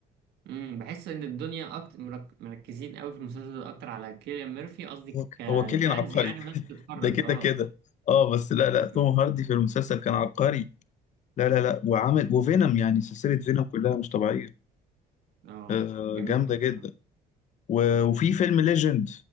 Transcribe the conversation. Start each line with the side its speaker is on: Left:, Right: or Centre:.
Right: امم بحس ان الدنيا اكتر مركزين قوي في المسلسل ده اكتر على كيليان ميرفي قصدي
Left: هو ك-
Right: كفانز
Left: هو كيليان عبقري
Right: يعني وناس بتتفرج
Left: ده كده
Right: اه
Left: كده اه بس لا لا توم
Right: مم.
Left: هاردي في المسلسل كان عبقري لا لا لا وعامل وفينوم يعني سلسله فينوم كلها مش طبيعيه
Right: اه
Left: آه
Right: جامد
Left: جامده
Right: أوي
Left: جدا
Right: بصراحة.
Left: و- وفي فيلم ليجند